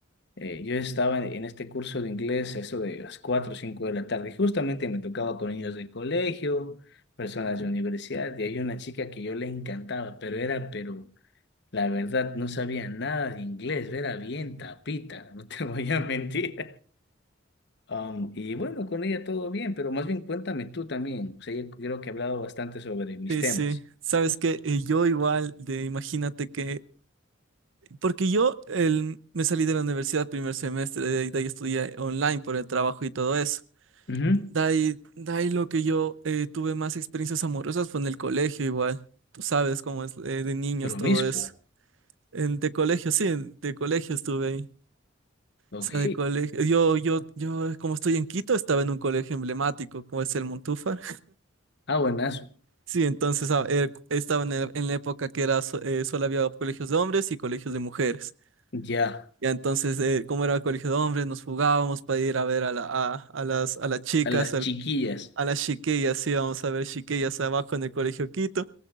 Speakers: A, on the left; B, on the right.
A: eh, yo estaba en este curso de inglés a eso de las 4 o 5 de la tarde y justamente me tocaba con niños del colegio, personas de universidad y había una chica que yo le encantaba, pero era, pero... La verdad, no sabía nada de inglés, era bien tapita, no te <laughs> voy a mentir. Um, y bueno, con ella todo bien, pero más bien cuéntame tú también. O sea, yo creo que he hablado bastante sobre mis
B: Sí,
A: temas.
B: sí. Sabes que eh, yo igual, de imagínate que, porque yo el- me salí de la universidad primer semestre, de ahí, de ahí estudié online por el trabajo y todo eso.
A: Ujú,
B: De ahí, de ahí lo que yo eh, tuve más experiencias amorosas fue en el colegio igual. Tú sabes cómo es eh, de niños
A: Promiscuo,
B: todo eso. En, de colegio, sí, en- de colegio estuve ahí.
A: ok.
B: O sea, de colegio. Yo, yo, yo, como estoy en Quito, estaba en un colegio emblemático, como es el Montufa.
A: Ah, buenazo.
B: Sí, entonces ah, eh, estaba en, e- en la época que era so- eh, solo había colegios de hombres y colegios de mujeres.
A: Ya,
B: Ya entonces, eh, como era el colegio de hombres, nos fugábamos para ir a ver a, la, a, a las, a las chicas,
A: a las
B: al-
A: chiquillas.
B: a las chiquillas, íbamos a ver chiquillas abajo en el colegio Quito